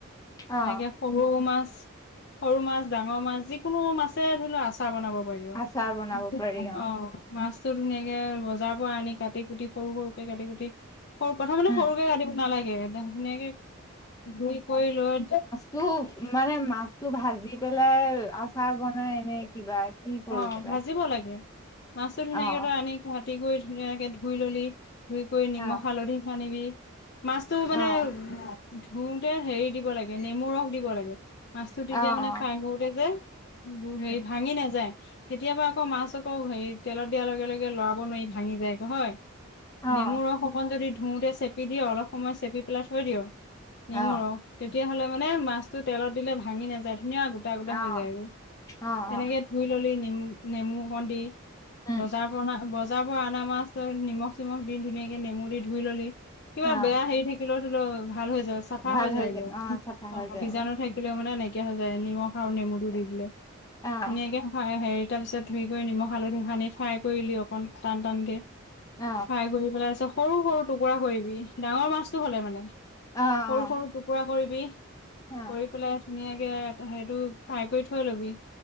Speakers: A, on the left; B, on the left.
A: অ'।
B: এনেকে সৰু মাছ, সৰু মাছ, ডাঙৰ মাছ যিকোনো মাছ <unintelligible> আচাৰ বনাব পাৰিব।
A: আচাৰ বনাব
B: <inaudible>
A: পাৰি অ',
B: মাছতটো ধুনীয়াকে বজাৰ পৰা আনি কাটি- কুটি সৰু সৰুকে কাটি-কুটি সৰু-প্ৰথমতে
A: উম
B: সৰুকে কাটিব দিব নালাগে, একদম ধুনীয়াকে, ধুই কৰি লৈ
A: টো, মানে মাছটো ভাজি পেলাই আচাৰ বনাই নে কিবা? কি কৰি
B: অ',
A: পেলাই
B: ভাজিব লাগে। মাছতো ধুনীয়াকে
A: অ',
B: তই আনি কাটি কৰি ধুনীয়াকে ধুই ললি ধুই কৰি নিমখ
A: অ',
B: হালধি সানিবি। মাছটো
A: অ',
B: মানে ধুওতে হে, দিব লাগে, নেমু ৰস দিব লাগে। মাছটো তেতিয়া
A: অ',
B: মানে
A: অ'।
B: ফ্ৰাই কৰোতে যে
A: উম।
B: হেৰি ভাঙি নাযায়। কেতিয়াবা আকৌ মাছ আকৌ হেৰি তেলত দিয়া লগে লগে লৰাব নোৱাৰি ভাঙি যায়গৈ হয়।
A: অ',
B: নেমু ৰস অক অকণ যদি ধুওতে চেপি দিয়, অলপ সময় চেপি পেলাই থৈ দিয় নেমুৰ
A: অ',
B: ৰস তেতিয়াহ'লে মানে মাছটো তেলত দিলে ভাঙি নাযায় ধুনীয়া গোটা গোটা
A: অ',
B: হৈ যায়গৈ,
A: অ',
B: তেনেকে
A: অ',
B: ধুই ললি নেমু, নেমু অকণ দি
A: উম,
B: বজাৰ পৰা বজাৰ পৰা আনা মাছ, তই নিমখ চিমখ দি ধুনীয়াকে নেমু দি ধুই ললি। কিবা
A: অ',
B: বেয়া হেৰি থাকিলেও ধৰি লও ভাল হৈ যায় চাফা
A: ভাল
B: হৈ যায়গৈ
A: যায় অ', চাফা
B: অ'
A: হৈ যায়
B: বীজাণু থাকি লেও মানে নাইকিয়া হৈ যায়, নিমখ আৰু নেমুটো দি দিলে।
A: অ',
B: ধুনীয়াকে ফ্ৰাই হেৰি তাৰপিছত ধুই কৰি নিমখ হালধি সানি, ফ্ৰাই কৰিলি, অকণ টান টানকে
A: অ',
B: ফ্ৰাই কৰি পেলাই তাৰপিছত সৰু সৰু টুকুৰা কৰিবি ডাঙৰ মাছতটো হ'লে মানে।
A: অ',
B: সৰু সৰু টুকুৰা কৰিবি,
A: অ', অ',
B: কৰি পেলাই ধুনীয়াকে তই সেইটো ফ্ৰাই কৰি থৈ ল'বি।